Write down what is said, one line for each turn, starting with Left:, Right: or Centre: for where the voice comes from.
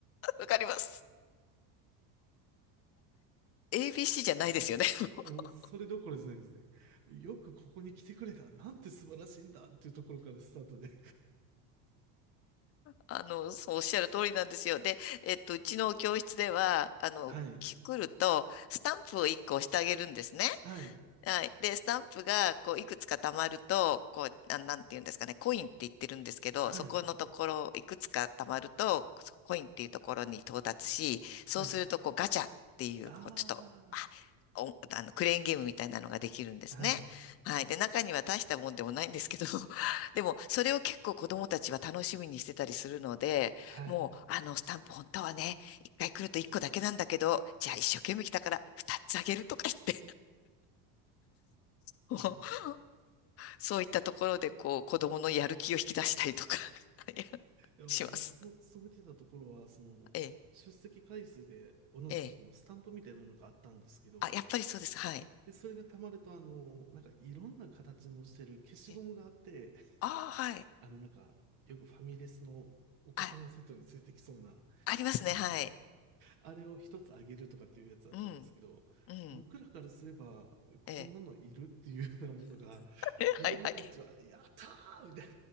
Left: わかります。ABC じゃないですよね。<laughs>
Right: もうそれどころじゃないですね。よくここに来てくれた。なんて素晴らしいんだっていうところからスタートで。
Left: あの、そうおっしゃる通りなんですよ。で、えっと、うちの教室では、あの、
Right: はい、
Left: 来ると、スタンプを1個押してあげるんですね。
Right: はい、
Left: はい。で、スタンプが、こう、いくつか貯まると、こう、あ、なんていうんですかね、コインって言ってるんですけど、
Right: はい、
Left: そこのところ、いくつか貯まると、コインっていうところに到達し、
Right: はい。
Left: そうすると、こう、ガチャっていう、
Right: あ
Left: こうちょっと、あ、おあの、クレーンゲームみたいなのができるんですね。
Right: あ、はい、
Left: はい。で、中には大したもんでもないんですけど、<laughs> でも、それを結構子供たちは楽しみにしてたりするので、
Right: はい。
Left: もう、あの、スタンプ本当はね、一回来ると一個だけなんだけど、じゃあ一生懸命来たから二つあげるとか言って、<laughs>
Right: いやあの、
Left: そういったところで、こう、子供のやる気を引き出したりとか <laughs> いや
Right: いやもう僕の勤めてたところは、
Left: します。
Right: その、
Left: ええ、
Right: 出席回数で同じくそのスタンプみたいなものがあったんですけど、
Left: ええ。あ、やっぱりそうです。はい。
Right: で、それが溜まると、あの、なんかいろんな形のしてる消しゴムがあって、
Left: えああー、はい。
Right: あの、なんか、よくファミレスのお子様セットについてきそうな、
Left: あ、ありますね。はい。
Right: あれを一つあげるとかっていうやつだったんですけど、
Left: うん、うん、
Right: 僕らからすれば、こんなのいるっていうようなものが、
Left: ええ。<laughs> えはいはい。
Right: 子供たちは、やったーみたい